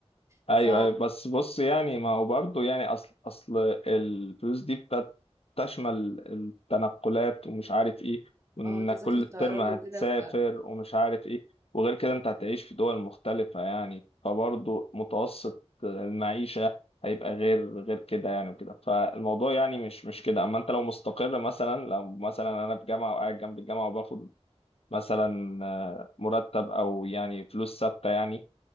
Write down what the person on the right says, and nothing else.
ف
اه تذاكر
الطيران
وكده